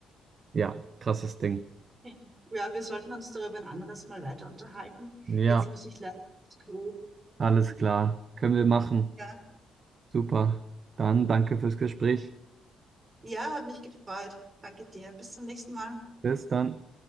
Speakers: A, on the right; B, on the right.
A: Ja, krasses Ding.
B: Okay. Ja, wir sollten uns darüber ein anderes Mal weiter unterhalten.
A: Ja,
B: Jetzt muss ich leider aufs Klo.
A: alles klar. Können wir machen.
B: Ja,
A: Super. Dann danke fürs Gespräch.
B: ja, hat mich gefreut. Danke dir. Bis zum nächsten Mal.
A: Bis dann.